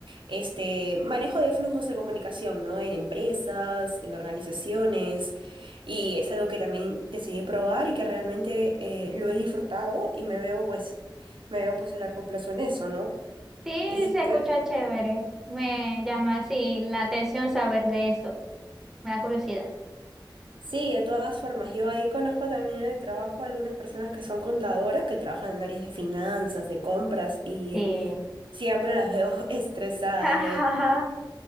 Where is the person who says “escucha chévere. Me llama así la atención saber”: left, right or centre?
Centre